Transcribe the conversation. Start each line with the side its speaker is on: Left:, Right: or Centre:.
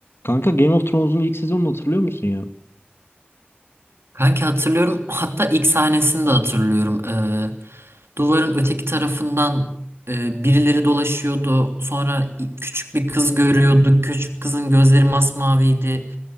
Left: Kanka Game of Thrones'un ilk sezonunu hatırlıyor musun ya?
Right: Kanki hatırlıyorum. Hatta ilk sahnesini de hatırlıyorum. Ee, duvarın öteki tarafından e, birileri dolaşıyordu. Sonra i- küçük bir kız görüyorduk. Küçük kızın gözleri masmaviydi.